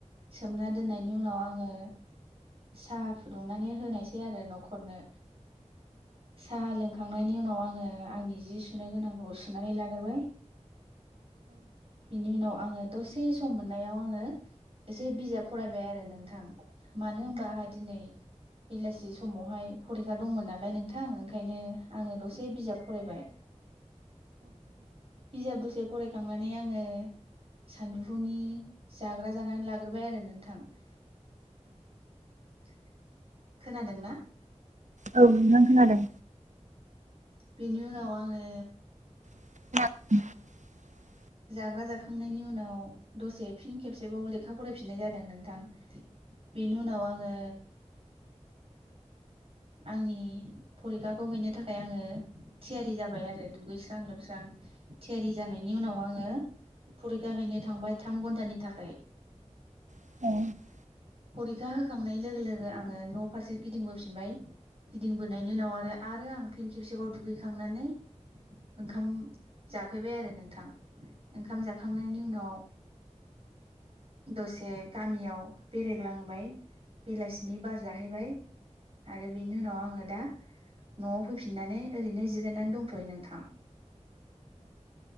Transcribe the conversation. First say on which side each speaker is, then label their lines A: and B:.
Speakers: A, on the right; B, on the right.
A: सोमना दोननायनि उनाव आङो साहा फुदुंनानै होनायसै आरो न'खरनो साहा लोंखांनायनि उनाव आङो- आंनि जि सुनो गोनांखौ सुनानै लग्रोबाय- बिनि उनाव आङो दसे सम मोननायाव आङो एसे बिजाब फरायबाय आरो नोंथां। मानो होनबा आंहा दिनै बेलासि समावहाय फरिखा दंमोन नालाय नोंथां ओंखायनो आङो दसे बिजाब फरायबाय बिजाब दसे फराय खांनानै आङो सानजुफुनि जाग्रा जानानै लाग्रोबाय आरो नोंथां। <inaudible> खोनादोंना?
B: औ नोंथां‌ खोनादों।
A: बिनि उनाव आङो
B: <inaudible>
A: जाग्रा जाखांनायनि उनाव दसे फिन खेबसेबाव लेखा फरायफिननाय जादों नोंथां बेनि उनाव आङो आंनि फरिखाखौ हैनो थाखाय आङो थियारि जाबाय आरो दुगैस्रां लोबस्रां। थियारि जानायनि उनाव आङो फरिखा हैैनो थांबाय थाम घन्टानि थाखाय।
B: खोनादों
A: फरिखा हो खांनाय लोगो लोगो आङो न' फारसे गिदिंबोफिनबाय गिदिंबोनायनि उनाव आरो आरो आं फिन खेबसेबाव दुगैखांनानै ओंखाम जाफैबाय आरो नोंथां ओंखाम जाखांनायनि उनाव दसे गामियाव बेरायग्लांबाय बेलासि नि बार जाहैबाय। आरो बेनि उनाव आङो दा न'आव फैफिननानै ओरैनो जिरायनानै दंथ'यो नोंथां।